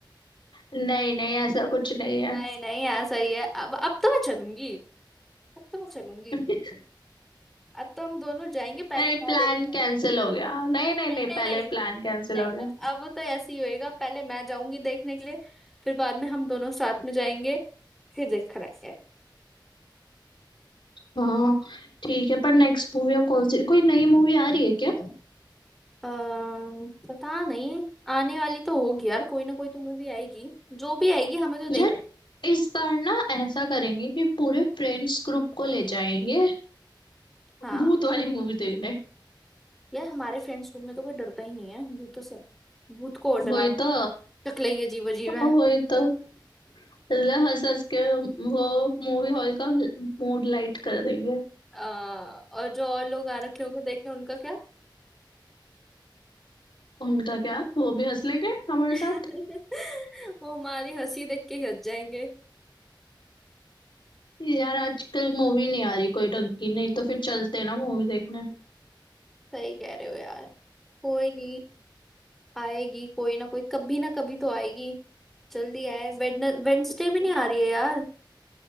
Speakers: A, on the left (about 75°); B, in the centre.
A: नहीं नहीं ऐसा कुछ नहीं है
B: नहीं नहीं ऐसा ही है अब अब तो मैं चलूंगी अब तो मैं चलूंगी
A: <laughs>
B: अब तो हम दोनों जाएंगे पहले
A: नहीं
B: मैं
A: प्लान
B: देखते हैं
A: कैंसिल हो गया नहीं नहीं
B: नहीं
A: नहीं
B: नहीं
A: पहले
B: नहीं
A: प्लान कैंसिल
B: नहीं
A: हो गया
B: अब अब तो ऐसे ही होएगा पहले मैं जाऊंगी देखने के लिए फिर बाद में हम दोनों साथ में जाएंगे फिर देख कर आएंगे
A: हाँ ठीक है पर नेक्स्ट मूवी अब कौन सी कोई नई मूवी आ रही है क्या
B: अ, पता नहीं आने वाली तो होगी यार कोई ना कोई तो मूवी आएगी जो भी आएगी हमें तो देख
A: यार इस बार ना ऐसा करेंगे कि पूरे फ्रेंड्स ग्रुप को ले जाएंगे
B: हाँ
A: भूत वाली मूवी देखने
B: यार हमारे फ्रेंड्स ग्रुप में तो कोई डरता ही नहीं है भूतों से भूत को और डरा
A: वही
B: दे
A: तो
B: शक्लें ही अजीब अजीब है
A: वही तो मतलब हंस हंस के वो मूवी हॉल का मूड लाइट कर देंगे
B: आ, और जो और लोग आ रखे होंगे देखने उनका क्या
A: उनका क्या वो भी हंस लेंगे हमारे
B: <laughs>
A: साथ
B: वो हमारी हंसी देख के ही हंस जाएंगे
A: यार आजकल मूवी नहीं आ रही कोई ढंग की नहीं तो फिर चलते ना मूवी देखने
B: सही कह रहे हो यार कोई नहीं आएगी कोई ना कोई कभी ना कभी तो आएगी जल्दी आए वेडनेसडे भी
A: <laughs>
B: नहीं आ रही है यार